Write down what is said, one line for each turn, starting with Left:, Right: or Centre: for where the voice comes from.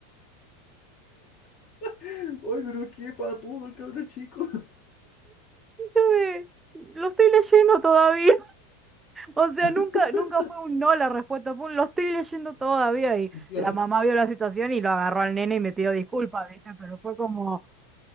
Left: ¡Ay, pero qué para todo el cabrón chico!
Right: Yo de, lo estoy leyendo todavía. <laughs> O sea,
Left: <laughs>
Right: nunca, nunca fue un no la respuesta, fue un lo estoy leyendo todavía. Y
Left: Claro,
Right: la mamá vio la situación y lo agarró al nene y me pidió disculpas, ¿viste? Pero fue como...